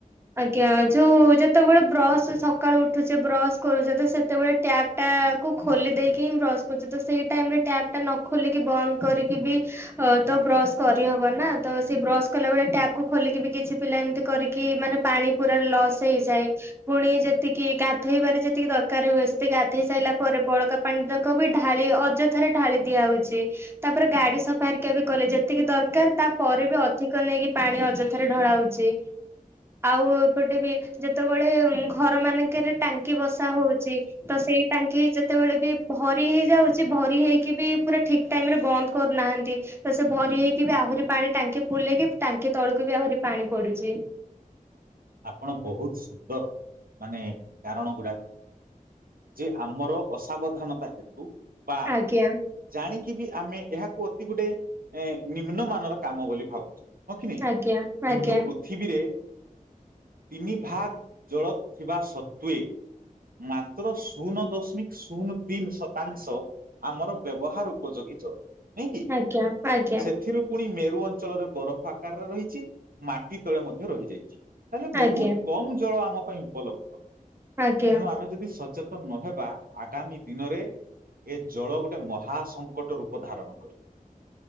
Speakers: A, on the right; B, on the right.
A: ଆଜ୍ଞା ଯୋଉ ଯେତେବେଳେ ବ୍ରସ୍ ସକାଳୁ ଉଠୁଚେ ବ୍ରସ୍ କରୁଛେ ତ ସେତେବେଳେ ଟ୍ୟାପ ଟା କୁ ଖୋଲି ଦେଇକି ହିଁ ବ୍ରସ କରୁଚେ ତ ସେଇ ଟାଇମ ରେ ଟ୍ୟାପ ଟା ନ ଖୋଲିକି ବନ୍ଦ କରିକି ବି ଅ ତ ବ୍ରସ୍ କରିହବ ନା ତ ସେ ବ୍ରସ କଲାବେଳେ ଟ୍ୟାପକୁୁ ଖୋଲିକି ବି କିଛି ପିଲା ଏମିତି କରିକି ମାନେ ପାଣି ପୁରା ଲସ୍ ହେଇଯାଏ। ପୁଣି ଯେତିକି ଗାଧୋଇବାରେ ଯେତିକି ଦରକାର ହୁଏ ସେତିକି ଗାଧୋଇ ସାରିଲା ପରେ ବଳକା ପାଣି ତାକ ବି ଢାଳି ଅଯଥାରେ ଢାଳି ଦିଆହଉଛି। ତାପରେ ଗାଡି ସଫା ହେରିକା ବି କଲେ ଯେତିକି ଦରକାର ତାପରେ ବି ଅଧିକ ନେଇକି ପାଣି ଅଯଥାରେ ଢଳାହଉଛି। ଆଉ-ଉ ଏପଟେ ବି ଯେତେବେଳେ, ଉଁ ଘର ମାନଙ୍କରେ ଟାଙ୍କି ବସା ହଉଛି ତ ସେଇ ଟାଙ୍କି ଯେତେବେଳେ ବି ଭରି ଭରି ହେଇଯାଉଛି ଭରି ହେଇକି ବି ପୁରା ଠିକ୍ ଟାଇମ ରେ ବନ୍ଦ୍ କରୁନାହାନ୍ତି। ତ ସେ ଭରି ହେଇକି ବି ଆହୁରି ପାଣି ଟାଙ୍କି ଫୁଲହେଇକି ଟାଙ୍କି ତଳକୁ ବି ଆହୁରି ପାଣି ପଡ଼ୁଛି।
B: ଆପଣ ବହୁତ ସୁନ୍ଦର ମାନେ କାରଣ ଗୁଡ଼ାକ ଯେ ଆମର ଅସାବଧାନତା ହେତୁ ବା
A: ଆଜ୍ଞା
B: ଜାଣିକି ବି ଆମେ ଏହାକୁ ଅତି ଗୋଟେ ଏଁ ନିମ୍ନମାନର କାମ ବୋଲି ଭାବୁଛନ୍ତି। ହଁ କି ନାଇଁ?
A: ଆଜ୍ଞା
B: କିନ୍ତୁ
A: ଆଜ୍ଞା
B: ପୃଥିବୀରେ ତିନି ଭାଗ୍ ଜଳ ଥିବା ସତ୍ୱେ ମାତ୍ର ଶୂନ ଦଶମିକ ଶୂନ ତିନି ଶତାଂଶ ଆମର ବ୍ୟବହାର ଉପଯୋଗୀ ଜଳ ନାଇଁ କି?
A: ଆଜ୍ଞା ଆଜ୍ଞା
B: ସେଥିରୁ ପୁଣି ମେରୁ ଅଞ୍ଚଳରେ ବରଫ ଆକାରରେ ରହିଛି ମାଟି ତଳେ ମଧ୍ୟ ରହିଯାଇଛି। ତାହେଲେ ବହୁତ
A: ଆଜ୍ଞା
B: କମ ଜଳ ଆମ ପାଇଁ ଉପଲବ୍ଧ।
A: ଆଜ୍ଞା
B: ଏଣୁ ଆମେ ଯଦି ସଚେତନ ନହେବା ଆଗାମୀ ଦିନରେ ଏ ଜଳ ଗୋଟେ ମହାସଙ୍କଟ ରୂପ ଧାରଣ କରିବ।